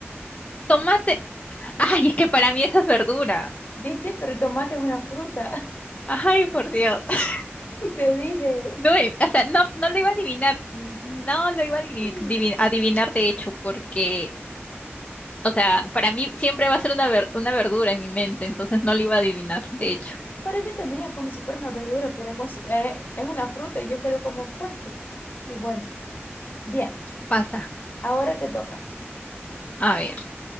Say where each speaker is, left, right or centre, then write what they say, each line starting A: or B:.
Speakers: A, on the left; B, on the left.
A: Tomate. Ay, es que para mí esa es verdura.
B: ¿Viste? Pero tomate es una fruta.
A: Ay, por Dios. <laughs>
B: <laughs> Te dije.
A: No, eh, o sea, no, no lo iba a adivinar. Mm, No lo iba a adivi-
B: Sí.
A: adivi- adivinar, de hecho, porque, o sea, para mí siempre va a ser una, ver- una verdura en mi mente, entonces no lo iba a adivinar, de hecho.
B: Para mí también es como si fuera una verdura, pero es, cons- eh, es una fruta y yo quedo como, ¿por qué? Y bueno, bien,
A: Pasa.
B: ahora te toca.
A: A ver.